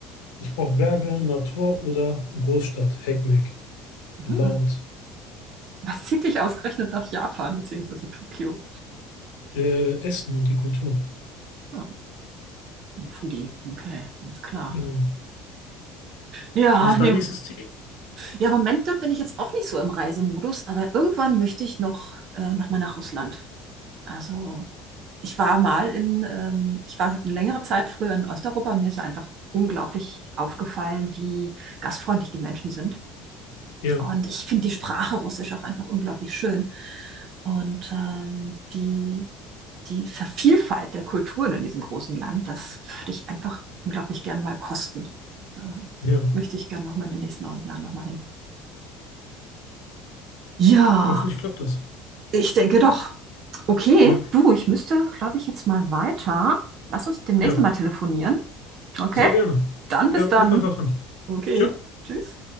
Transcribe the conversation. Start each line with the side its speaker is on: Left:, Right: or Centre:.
Left: Ich brauche Berge, Natur oder Großstadt, Heckmeck, laut,
Right: Hm. Was zieht dich ausgerechnet nach Japan beziehungsweise Tokio?
Left: äh, Essen und die Kultur.
Right: Hm. Ein Foodie. Okay, alles klar.
Left: Genau.
Right: Ja,
Left: Was ist
Right: nee.
Left: dein nächstes Ziel?
Right: Ja, im Moment da bin ich jetzt auch nicht so im Reisemodus, aber irgendwann möchte ich noch, äh, noch mal nach Russland. Also, ich war mal in, ähm, ich war eine längere Zeit früher in Osteuropa und mir ist ja einfach unglaublich aufgefallen, wie gastfreundlich die Menschen sind.
Left: Ja,
Right: Und ich finde die Sprache Russisch auch einfach unglaublich schön. Und ähm, die, die Vielfalt der Kulturen in diesem großen Land, das würde ich einfach unglaublich gern mal kosten. Da
Left: ja.
Right: möchte ich gern noch mal in den nächsten Jahren noch mal hin. Ja,
Left: Hoffentlich klappt das.
Right: ich denke doch. Okay,
Left: Ja,
Right: du, ich müsste, glaube ich, jetzt mal weiter. Lass uns demnächst
Left: ja.
Right: mal telefonieren. Okay,
Left: Sehr gerne.
Right: dann
Left: Ja,
Right: bis
Left: ruf
Right: dann.
Left: einfach an.
Right: Okay,
Left: Ciao.
Right: tschüss.